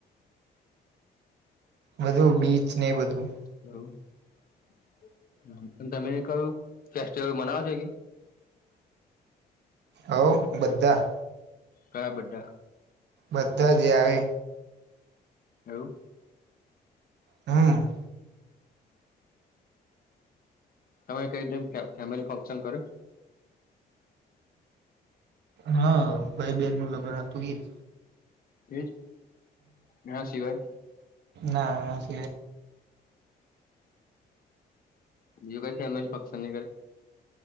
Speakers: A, on the right; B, on the left.
A: બધું બીચ ને બધું
B: હ અને તમે કયું ફેસ્ટિવલ મનાવ છો કે
A: હ બધા
B: કયા બડાા
A: બધા જે આવે
B: એવું
A: હમ
B: તમામે કઈ રી ફેમિલી ફંક્શન કરો
A: હા ભાઈ બેહેન નું લગ્નતું એ જ
B: એજ એના સિવાય
A: ના સ
B: બી કઈ ફેમિલી ફંક્શનનીઈે